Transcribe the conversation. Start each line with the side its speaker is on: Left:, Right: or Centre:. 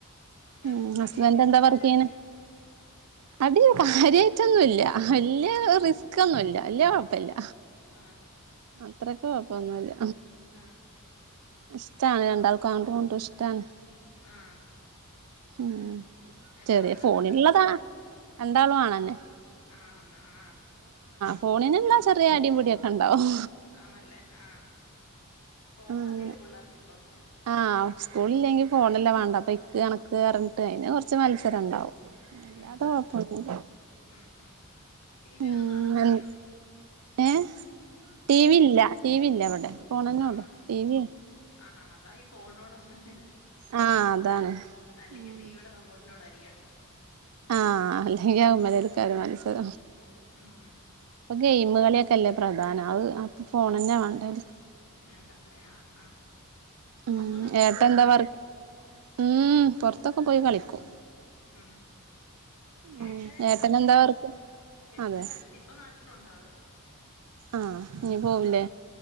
Left: അങ്ങനെ
Right: ഉം ഹസ്ബൻറ്
Left: അടിയൊക്കെ ഉണ്ടോ
Right: എന്താ
Left: പിള്ളേര്
Right: വർക്ക്
Left: തമ്മില്
Right: ചെയ്യാനെ <unintelligible> കാര്യ ന്നുവില്ല വല്യ
Left: ഉം
Right: റിസ്കൊന്നുല്ല വല്യ കുഴപ്പല്ല
Left: ആഹ്
Right: അത്രക്ക കുഴപ്പമൊന്നുമില്ല
Left: ആഹ്
Right: ഇഷ്ടണ് രണ്ടാൾക്കും അങ്ങോട്ട് ഇങ്ങോട്ട് ഇഷ്ടണ്
Left: ആഹ്
Right: ഉം
Left: എന്താ
Right: ചെറിയ
Left: ആണാണോ
Right: ഫോണിള്ളതാ രണ്ടാളും ആണെന്നെ
Left: ആർഞ്ഞ ആഹ്
Right: ഫോണിനുള്ള ചെറിയ അടിയും പിടിയൊക്കെ ഇണ്ടാവും
Left: ആഹ്‌ നല്ലേ ആഹ് ഫോം
Right: അങ്ങനെ
Left: മതില്ലോ പിള്ളേർക്ക് ഇപ്പൊ
Right: ആഹ് സ്കൂളില്ലെങ്കി ഫോണല്ല വേണ്ട അപ്പ ഇക്ക് കണക്ക് റിഞ്ഞിട്ട് അതിന് കൊറച്ച് മത്സ രണ്ടാവും അല്ലാത്ത
Left: ഉം ഉം
Right: കൊഴപ്പൊന്ന്ല
Left: ഉം ഉം ടി വി
Right: ഉം
Left: ഒന്നും കാണത്തില്ലയോ
Right: ഏ ടി വി ഇല്ല ടി വി ഇല്ല ഇവിടെ ഫോണന്നെ
Left: ആന്നോ
Right: ഒള്ളൂ ടി വി വി
Left: ആഹ് ഹ ദാ ഈ ഫ് ഫോണോട് അങ്ങനെത്
Right: ആഹ് അതാണ്
Left: അല്ലെങ്കിൽ
Right: ഉം
Left: ടിവിടെ റിമോട്ടിനോടായി അടിയടി
Right: ആഹ് അല്ലെങ്കിൽ ആകുമമ്മലൽക്കറ് മത്സര
Left: ഉം
Right: ഇപ്പ ഗെയിംമ് കളി ഒ ക്കെ അല്ലെ പ്രധാനം. അയ് അപ്പ ഫോണെന്നെ വാണ്ടെ ഓൽക്ക്
Left: വേണ്ടാ ലെ ആഹ് ആഹ്
Right: ഉം
Left: പുറത്തോട്ടൊക്കെ
Right: ഏട്ട
Left: പോവോ
Right: എന്താ വർ ഉം പൊർത്തൊ ക്കെ പോയി കളിക്കും.
Left: ആ
Right: ഉം
Left: ഏട്ടെന്
Right: ഏട്ടനെന്താ
Left: ഗൾഫിലാ
Right: വർക്ക്
Left: ഗൾഫിലായിരുന്നു.
Right: അതെ
Left: ഇപ്പ നാട്ടിലുണ്ട് ആൾ
Right: ആഹ്
Left: ഉം
Right: ഇനി പോവുലേ
Left: ഉം